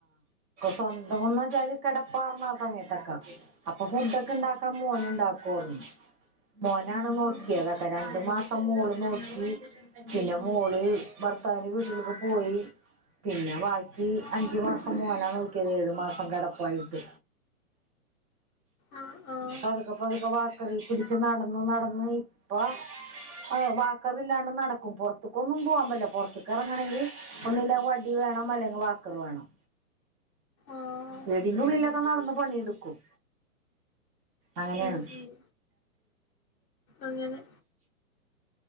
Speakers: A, on the right (about 15°); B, on the left (about 25°).
A: സ്വന്തമെന്ന് വെച്ചാല് കിടപ്പാർന്ന ആ സമയത്തൊക്ക അപ്പൊ ഫുഡൊക്കെ ഇണ്ടാക്കാൻ മോന് ഇണ്ടാക്കും മോനാണ് നോക്കിയതൊക്കെ
B: ആഹ്
A: രണ്ട് മാ മോള് നോക്കി പിന്നെ മോള് ഭർത്താവിന്റെ വീട്ടിലേക്ക് പോയി പിന്നെ ബാക്കി അഞ്ചു മാസം മോനാ നോക്കിയത് ഏഴു മാസം കിടപ്പായിട്ട്
B: ആഹ് ആഹ്
A: പതുക്കെ പതുക്കെ വാക്കറി പിടിച്ച് നടന്ന് നടന്ന് ഇപ്പ ഓ വാക്കറില്ലാണ്ട് നടക്കും പുറത്ത് ക്കൊന്നും പോവാൻ പറ്റ്ല്ല പൊറത്ത്ക്ക്‌ ഇറങ്ങണെങ്കി ഒന്നില്ലെങ്ക വണ്ടി വേണം അല്ലെങ്കി വാക്കറ് വേണം
B: ആഹ്
A: വീട്ന്റെ ഉള്ളിലൊക്കെ നടന്ന് പണി എട് ക്കും അങ്ങനെയാണ്
B: ഉം ഉം അങ്ങനെ